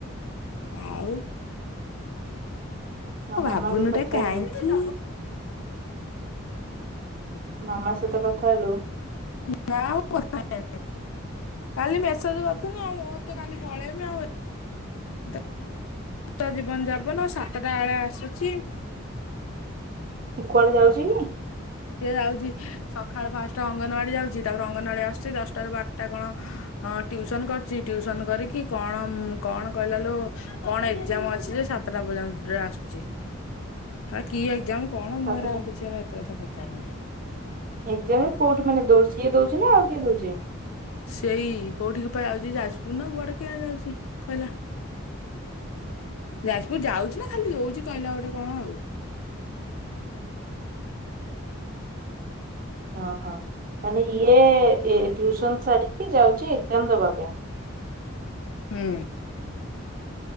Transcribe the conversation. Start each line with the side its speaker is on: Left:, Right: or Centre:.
Left: ଆଉ।
Right: ଆଉ
Left: ହଁ ଭାବୁନୁ
Right: ମାମା କୁ କଥା
Left: ଏଟା କାଇଁକି।
Right: ହେଲୁ ମାମା ସହିତ କଥା ହେଲୁ।
Left: ନା ମୁଁ କଥା ହେଇନି। କାଲି ମେସେଜ୍ କରିଥିନି ଆଉ ମୁଁ ତ କାଲି ପଳେଇବି ଆଉ ଏ ଏଇତ ଜୀବନ ଯାପନ ସାତଟା ବେଳେ ଆସୁଚି।
Right: ସେ କୁଆଡେ ଯାଉଚି କି?
Left: ସିଏ ଯାଉଚି ସଖାଳେ ପାଞ୍ଚଟା ଅଙ୍ଗନୱାଡି ଯାଉଚି। ତାପରେ ଅଙ୍ଗନୱାଡି ଆସୁଚି ଦଶଟା ର ବାର୍ ଟା କଣ ହଁ ଟ୍ୟୁସନ୍ କରୁଚି ଟିଉସନ୍ କରିକି କଣ -କଣ କହିଲା ଲୋ କଣ ଏକ୍ଜାମ୍ ଅଛି ଯେ ସାତଟା ପର୍ଯ୍ୟନ୍ତରେ ଆସୁଚି। ହେ କି ଏକ୍ଜାମ କଣ
Right: ସାଥିରେ
Left: ମୁଁ ହେରା ଆଉ କିଛି ହେରା ଏତେ କଥା ପଚାରୁନି।
Right: ଏକ୍ଜାମ୍ କୋଉଠି ମାନେ ଦଉଚି ସିଏ ଦଉଚି ନା ଆଉ କିଏ ଦଉଚି?
Left: ସେଇ କୋଉଠି କି ପା ଯାଉଚି ଯାଜପୁର ନା କୁଆଡେ କେଜାଣି ଯାଉଚି କହିଲା। ଯାଜପୁର ଯାଉଚି ନା ଖାଲି ରହୁଚି କହିଲା ଗୋଟେ କଣ ଆଉ।
Right: ହଁ ହଁ ମାନେ ଇଏ ଏ ଟିଉସନ୍ ସାରିକି ଯାଉଚି ଏକ୍ଜାମ୍ ଦବା ପାଇଁ।
Left: ହୁଁ।